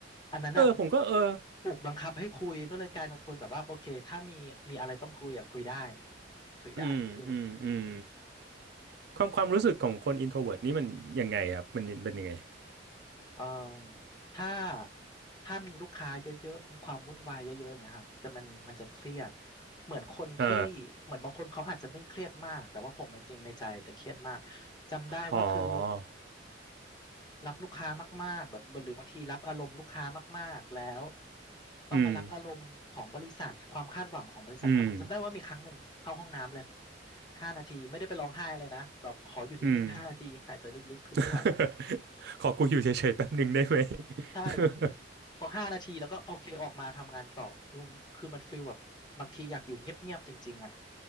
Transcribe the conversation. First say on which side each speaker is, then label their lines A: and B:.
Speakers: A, on the left; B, on the right.
A: อันนั้นอ่ะ
B: เออผมก็เออ
A: ถูกบังคับให้คุยก็เลยกลายเป็นคนแบบว่าโอเคถ้ามีมีอะไรต้องคุยอะคุยได้คุยได้คืออืม
B: อืมอืมอืมความความรู้สึกของคน introvert นี่มันยังไงครับมันเป็นยังไง
A: เอ่อถ้าถ้ามีลูกค้าเยอะๆมีความวุ่นวายเยอะๆอย่างเงี้ยครับแต่มันมันจะเครียดเหมือนคนที่เหมือนบางคนเขาอาจจะไม่เครียดมาก
B: เอ่า
A: แต่ว่าผมจริงๆในใจจะเครียดมาก จำได้ว่าคือ
B: หอ
A: รับลูกค้ามากๆแบบหรือบางทีรับอารมณ์ลูกค้ามากๆ แล้วต้องมารับอารมณ์ของบริษัทความคาดหวังของบริษัทมากๆจำได้ว่ามีครั้งหนึ่งเข้าห้องน้ำเลย
B: อืมอืม
A: ห้านาทีไม่ได้ไปร้องไห้อะไรนะแบบขออยู่นิ่งๆห้านาทีหายใจลึกๆคือไม่ไหวละ
B: อืม <laughs> ขอกูอยู่เฉยๆแป๊บหนึ่งได้ไหม
A: ใช่
B: <laughs>
A: พอห้านาทีแล้วก็โอเคออกมาทำงานต่อคือคือมันฟีลแบบบางทีอยากอยู่เงียบๆจริงๆอ่ะ